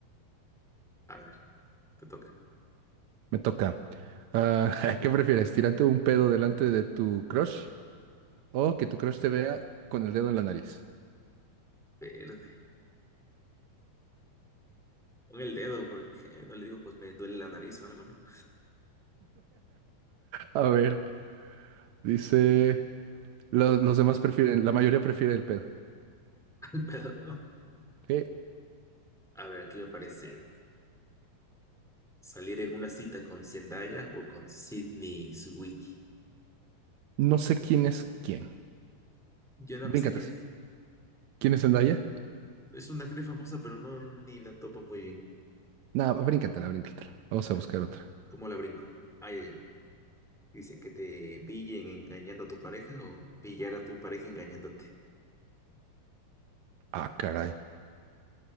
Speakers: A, in the centre; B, on the right.
A: A ver, te toca.
B: Me toca. Ah, <laughs> ¿qué prefieres? ¿Tirarte un pedo delante de tu crush o que tu crush te vea con el dedo en la nariz?
A: Verde. Con el dedo, porque no le digo, pues me duele la nariz o algo, ¿no?
B: A ver, dice. Los, los demás prefieren, la mayoría prefiere el pedo.
A: <laughs> Al pedo, ¿no?
B: Eh,
A: A ver, aquí me aparece. Salir en una cita con Zendaya o con Sydney Sweeney.
B: No sé quién es quién.
A: Yo nada
B: Bríncate
A: más sé quién
B: esa.
A: es.
B: ¿Quién es Zendaya?
A: Es una actriz famosa, pero no ni la topo muy bien.
B: No, bríncatela, bríncatela. Vamos
A: La-
B: a buscar otra.
A: ¿Cómo la brinco? Ay, ay, ay. Dice que te pillen engañando a tu pareja o pillar a tu pareja engañándote.
B: Ah, caray.